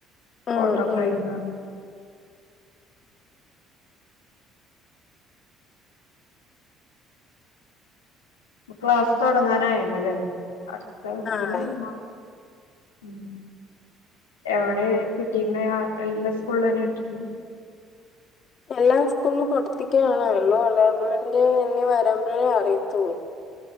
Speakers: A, on the left; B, on the left.
A: ഫോട്ടോ
B: ഉം
A: ഫ്രെയിമ്
B: ഉം
A: ക്ലാസ് തൊടങ്ങാനായല്ലോല്ലേ അട്ത്ത ഇതില്
B: ആഹ്
A: മാ ഉം എവ്ടെ കിട്ടിക്ക്ണെ ആ ഇല്ലെ സ്കൂള്ളെന്നെ കിട്ടിന്
B: എല്ലാ സ്കൂളും കൊടുത്തിട്ടേള്ളു ഇള്ളെ അലോട്ട്മെന്റ് ഇനി വെരുമ്പഴേ അറിയത്തുള്ളു